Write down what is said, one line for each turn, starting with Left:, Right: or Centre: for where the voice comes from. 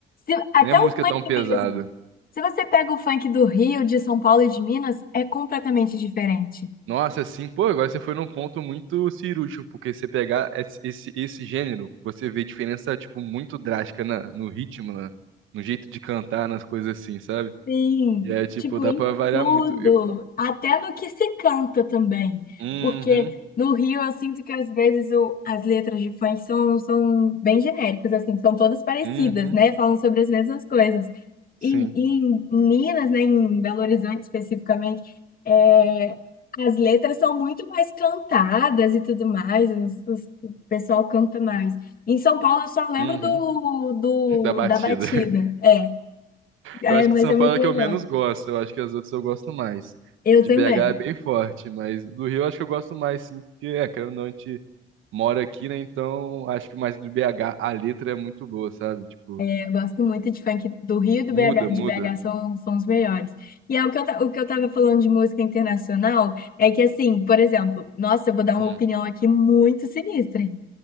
Left: Se- até
Right: Nem a música
Left: o funk
Right: é tão pesada.
Left: mesmo. Se você pega o funk do Rio, de São Paulo e de Minas, é completamente diferente.
Right: Nossa, assim, pô, agora você foi num ponto muito cirúrgico, porque você pegar esse, esse, esse gênero, você vê diferença, tipo, muito drástica na, no ritmo, na, no jeito de cantar, nas coisas assim, sabe?
Left: Sim,
Right: E é, tipo,
Left: tipo,
Right: dá
Left: em
Right: pra variar
Left: tudo,
Right: muito. Eu,
Left: até no que se canta também,
Right: uhum,
Left: porque no Rio eu sinto que às vezes o- as letras de funk são, são bem genéricas, assim, são todas parecidas,
Right: uhum,
Left: né? Falam sobre as mesmas coisas.
Right: sim,
Left: E, em Minas, né, em Belo Horizonte especificamente, é, as letras são muito mais cantadas e tudo mais, os- os- o pessoal canta mais. Em São Paulo eu só lembro
Right: uhum,
Left: do, do,
Right: <laughs> da batida.
Left: da batida, é, é,
Right: Eu acho
Left: mas
Right: que de São
Left: é muito
Right: Paulo é
Left: legal.
Right: que eu menos gosto. Eu acho que as outras eu gosto mais.
Left: Eu
Right: De
Left: também.
Right: BH é bem forte, mas do Rio eu acho que eu gosto mais, sim, porque, é, querendo ou não, a gente mora aqui, né? Então acho que mais do BH a letra é muito boa, sabe? Tipo,
Left: Eu gosto muito de funk do Rio e do
Right: muda,
Left: BH, de
Right: muda.
Left: BH são, são os melhores. E é o que eu, ta- o que eu tava falando de música internacional é que, assim, por exemplo, nossa, eu vou dar uma
Right: Hum.
Left: opinião aqui muito sinistra.